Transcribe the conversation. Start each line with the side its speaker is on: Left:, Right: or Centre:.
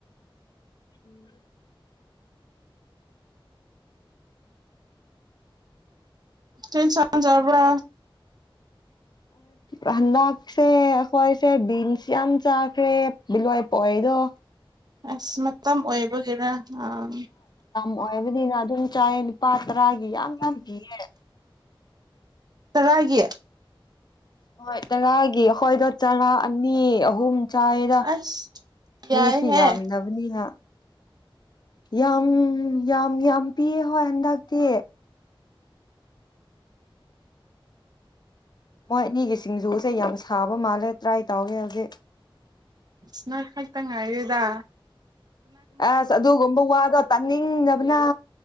Left: ꯎꯝ
Right: ꯇꯦꯟ ꯆꯅꯖꯕ꯭ꯔꯥ
Left: ꯑ ꯍꯟꯗꯛꯁꯦ ꯑꯩꯈꯣꯏꯁꯦ ꯕꯤꯟꯁ ꯌꯥꯝ ꯆꯥꯈ꯭ꯔꯦ ꯕꯤꯂꯣꯏ ꯄꯣꯛꯗꯣ
Right: ꯑꯁ ꯃꯇꯝ ꯑꯣꯏꯕꯒꯤꯔ ꯑꯥ
Left: ꯉ ꯑꯣꯏꯕꯅꯤꯅ ꯑꯗꯨꯝ ꯆꯥꯏꯌꯦ ꯅꯨꯅꯤꯄꯥ ꯇꯔꯥꯒꯤ ꯌꯥꯝꯅ ꯄꯤꯌꯦ
Right: ꯆꯔꯒ
Left: ꯍꯣꯏ ꯇꯔꯥꯒꯤ ꯑꯩꯈꯣꯏꯗ ꯆꯔꯥ ꯑꯅꯤ ꯑꯍꯨꯝ ꯆꯥꯏꯔ
Right: ꯑꯁ ꯌꯥꯏꯍꯦ
Left: ꯃꯤꯁꯨ ꯌꯥꯝꯗꯕꯅꯤꯅ ꯌꯥꯝ ꯌꯥꯝ ꯌꯥꯝ ꯄꯤꯌꯦ ꯍꯣꯏ ꯍꯟꯗꯛꯇꯤ ꯃꯣꯏ ꯑꯅꯤꯒꯤ ꯁꯤꯡꯖꯨꯁꯦ ꯌꯥꯝ ꯁꯥꯕ ꯃꯥꯜꯂꯦ ꯇ꯭ꯔꯥꯏ ꯇꯧꯒꯦ ꯍꯧꯖꯤꯛ
Right: ꯁ ꯇꯉ ꯏꯔꯗ
Left: ꯑꯁ ꯑꯗꯨꯒꯨꯝꯕ ꯋꯥꯗꯣ ꯇꯥꯅꯤꯡꯗꯕꯅ